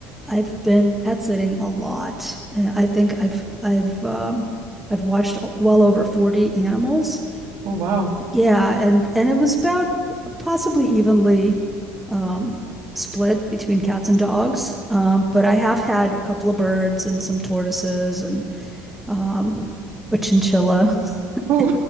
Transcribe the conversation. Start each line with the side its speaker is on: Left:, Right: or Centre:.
Centre: I've been pet sitting a lot. And I think I've I've um, I've watched well over 40 animals.
Right: oh wow
Centre: yeah, and and it was about possibly evenly um, split between cats and dogs. Um, but I have
Right: yeah
Centre: had a couple of birds and some tortoises and um, a chinchilla. <laughs>
Right: oh